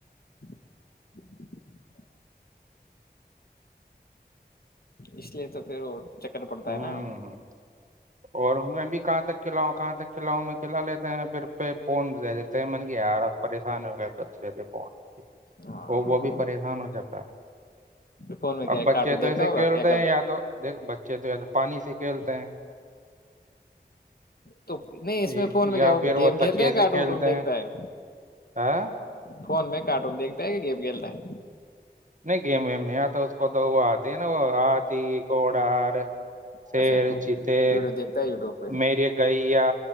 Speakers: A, on the left (about 65°); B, on the right (about 50°).
A: <inaudible> اس لیے تو پھر اور چکر پڑتا
B: ہوں
A: ہے نا
B: اور میں بھی کہاں تک کلاؤں کہاں تک کھلاؤ میں کھلا لیتے ہیں پھر پہ فون دے دیتے ہیں من کے یار آات پریشان ہو ف
A: ہاں
B: وہ وہ بھی پریشان ہو جاتا ہے
A: فون میں کیا
B: اب بچے
A: کارٹون
B: تو
A: دیکھتا
B: ایسے
A: ہوگا
B: کھیلتے
A: کیا کرتا
B: ہیں یا
A: ہے
B: تو دیکھ چ تو تو پانی سے کھیلتے ہیں
A: تو نہیں اس
B: ی-
A: میں فون میں
B: یا
A: کیا
B: پھر
A: گیم
B: وہ
A: کھیلتا
B: تکیے
A: ہے
B: سے
A: کارٹ
B: کھیلتے
A: وٹون دیکھتا
B: ہیں
A: ہے
B: ہاں
A: فون میں کارٹون دیکھتا ہے کہ گم گل رہ ہے
B: نہیں گیم ویم نہیں آتا اس کو تو وہ آتی ہے نا وہ آتی گھڑار پیر
A: اچھا ویڈیو
B: چیتے
A: دیکھتا ہے یوٹیوب پہ
B: میرریے گئییا